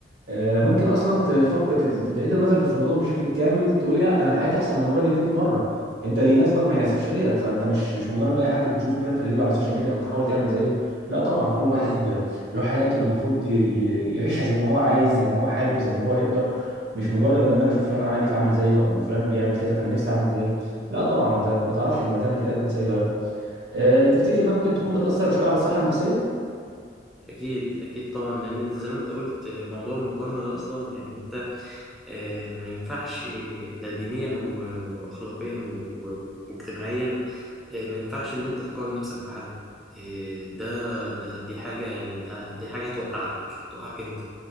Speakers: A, on the right; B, in the centre.
A: آه، ممكن اصلا تفكر ت- ت- تعيد النظر في الموضوع بشكل كامل تقول يا ده انا حياتي احسن من الراجل ده 100 مره انت اللي يناسبك ما يناسبش غيرك فانت مش مش مجرد اي حد بتشوفه كده تقلده على السوشيال ميديا او تحاول تعمل زيه لا طبعا كل واحد
B: بالظبط
A: له حياته اللي المفروض ي- ي- يعيشها زي ما هو عايز زي ما هو حابب زي ما هو يقدر مش مجرد ان انا بشوف فلان عمل ايه فاعمل زيه او فلان بيعمل كذا فانا نفسي اعمل زيه لا طبعا ما انت أنت ما تعرفش لما تعمل كده تكون سعيد ولا لا أه تفتكر انها ممكن تكون بتاثر شويه على الصحه النفسيه
B: اكيد اكيد طبعا لان انت زي ما انت قلت موضوع المقارنه ده اصلا يعني آه، ما ينفعش ده دينيا و- وأخلاقيا و- و- واجتماعيا آه، ما ينفعش إن أنت تقارن نفسك بحد آه، ده ده دي حاجة يعني ده- دي حاجة هتوقعك هتوقعك أنت